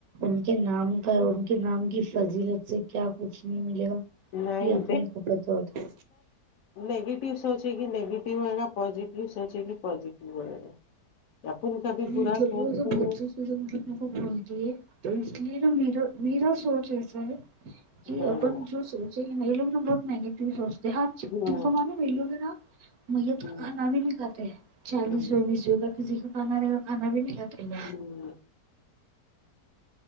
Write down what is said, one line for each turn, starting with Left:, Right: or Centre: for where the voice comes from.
Right: ان کے نام کا ان کے نام کی فضیلت سے کیا کچھ نہیں ملے گا
Left: نہیں
Right: یہ اپنے کو پتا ہو تھا
Left: نگیٹیو سوچے گی نیگیٹو آئے گا پوازیٹیو سوچے گی پازیٹیو ہوئے گا اپن کبھی
Right: مطلب
Left: برا سوچتے
Right: وہ سب
Left: نہیں
Right: بہت سی چیزیں مطلب میر کو بولتی ہے تو اس لیے ن میرا میرا سوچ ایسا ہے
Left: ہ
Right: کہ
Left: ہ
Right: اپن جو سوچیں گے ن لوگ بہت نگیٹو سوچ <unintelligible> جی ہاں
Left: ہ
Right: تم کو مان م لوگ نا م تو
Left: ہ
Right: کانا بھی نہیں کاتے ہیں چالیسو
Left: ہ
Right: بیسو کا کسی کا کھا رہے گا کانا بھی نہیں کاتا ہے
Left: ہوں <unintelligible>